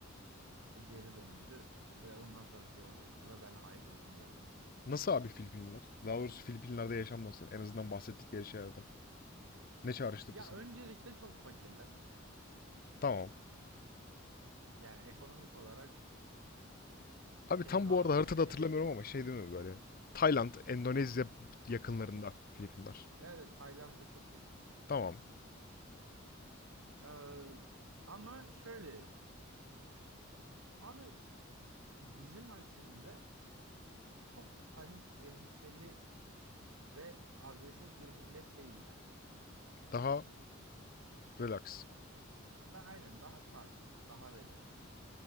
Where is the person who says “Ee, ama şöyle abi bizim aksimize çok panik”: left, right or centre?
Right